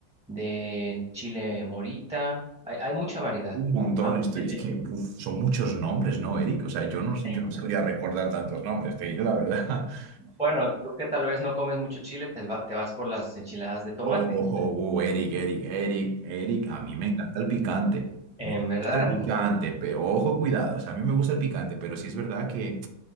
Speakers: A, in the centre; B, on the right.
A: de chile morita, hay, hay mucha variedad.
B: un montón.
A: ¿va?
B: Estoy,
A: El,
B: es
A: el
B: que uf, son muchos nombres, ¿no, Eric? O sea, yo no, yo
A: <laughs>
B: no sabría recordar tantos nombres, te digo la verdad. <laughs>
A: Bueno, tú que tal vez no comes mucho chile, te, va- te vas por las enchiladas de tomate.
B: Oh, oh,
A: la-
B: oh, oh, Eric, Eric, Eric, Eric. A mí me encanta el picante. Me
A: En verdad,
B: gusta el picante,
A: <laughs>
B: pero ojo, cuidado. O sea, a mí me gusta el picante, pero sí es verdad que